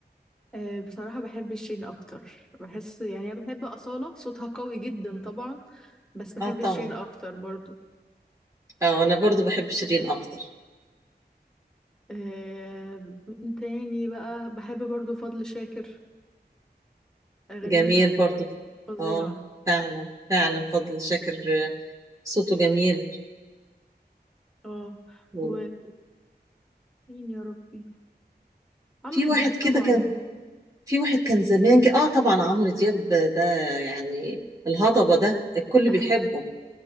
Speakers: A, in the centre; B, on the right (about 20°).
A: أه بصراحة بحب شيرين أكتر بحس يعني أنا بحب أصالة صوتها قوي جدا طبعا بس بحب
B: آه طبعا
A: شيرين أكتر برضو
B: آه أنا برضو بحب شيرين أكتر
A: أه مين تاني بقى بحب برضو فضل شاكر أغانيه
B: جميل برضو
A: فظيعة
B: آه فعلا فعلا فضل شاكر آه، صوته جميل
A: اه
B: وفي
A: و مين يا ربي عمرو
B: واحد
A: دياب
B: كده
A: طبعا
B: كان في واحد كان زمان كده آه طبعا عمرو دياب ده يعني الهضبة ده الكل
A: <laughs>
B: بيحبه